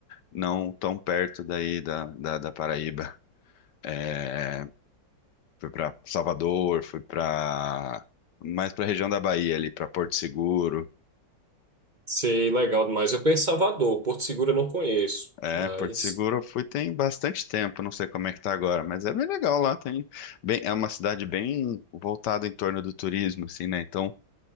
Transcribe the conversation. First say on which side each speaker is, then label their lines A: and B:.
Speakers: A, on the left; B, on the right.
A: não tão perto daí da, da, da Paraíba. É, fui para Salvador, fui para mais para a região da Bahia ali, para Porto Seguro.
B: Sei, legal demais. Eu conheço Salvador, Porto Seguro eu não conheço,
A: É,
B: mas.
A: Porto Seguro eu fui tem bastante tempo, não sei como é que tá agora, mas é bem legal lá, tem bem, é uma cidade bem voltada em torno do turismo, assim, né? Então